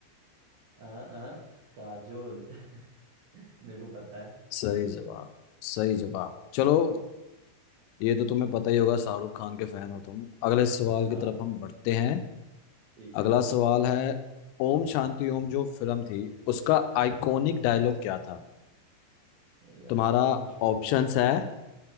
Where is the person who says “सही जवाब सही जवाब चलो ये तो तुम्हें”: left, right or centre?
Left